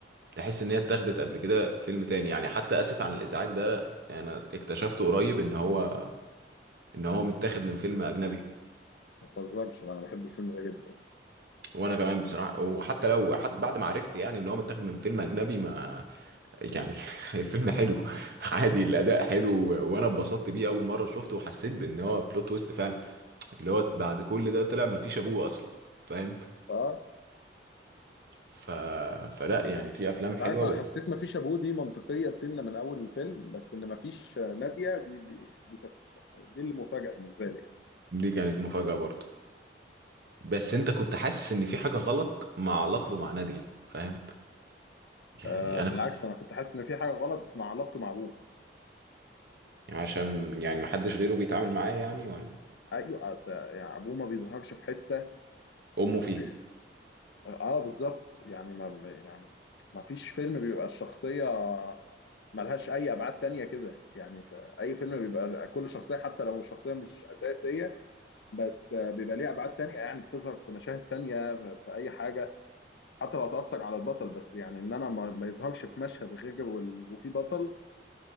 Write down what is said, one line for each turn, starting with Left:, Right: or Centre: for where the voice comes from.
Right: تحس ان هي اتاخدت قبل كده فيلم تاني يعني حتى اسف عن الازعاج ده انا اكتشفته قريب ان هو ان هو متاخد من فيلم اجنبي
Left: ما تهزرش انا بحب الفيلم ده جدا
Right: وانا كمان بصراحه وحتى لو حتى بعد ما عرفت يعني ان هو متاخد من فيلم اجنبي ما يعني <laughs> الفيلم حلو عادي الاداء حلو وانا اتبسطت بيه اول مره شفته وحسيت بان هو بلوت تويست فعلا اللي هو بعد كل ده طلع ما فيش ابوه اصلا فاهم
Left: اه
Right: ف... فلا يعني في افلام
Left: مش
Right: حلوه
Left: عارف انا
Right: بس
Left: حسيت مفيش ابوه دي منطقيه سنه من اول الفيلم بس ان مفيش ناديه دي دي دي كانت دي اللي مفاجاه بالنسبه لي
Right: دي كانت مفاجاه برضه بس انت كنت حاسس ان في حاجه غلط مع علاقته مع ناديه فاهم يعني
Left: آه بالعكس
Right: انا كنت
Left: انا كنت حاسس ان في حاجه غلط مع علاقته مع ابوه
Right: عشان يعني ما حدش غيره بيتعامل معاه يعني ولا
Left: ايوه أس- يعني ابوه ما بيظهرش في حته
Right: امه
Left: غير-
Right: فيها
Left: اه بالظبط يعني ما يعني ما فيش فيلم بيبقى الشخصيه ملهاش اي ابعاد تانية كده يعني في اي فيلم بيبقى كل شخصيه حتى لو الشخصيه مش اساسيه بس آه، بيبقى ليها ابعاد تانية يعني بتظهر في مشاهد تانية في في اي حاجه حتى لو هتأثر على البطل بس يعني ان انا ما, ما يظهرش في مشهد غير وال... وفي بطل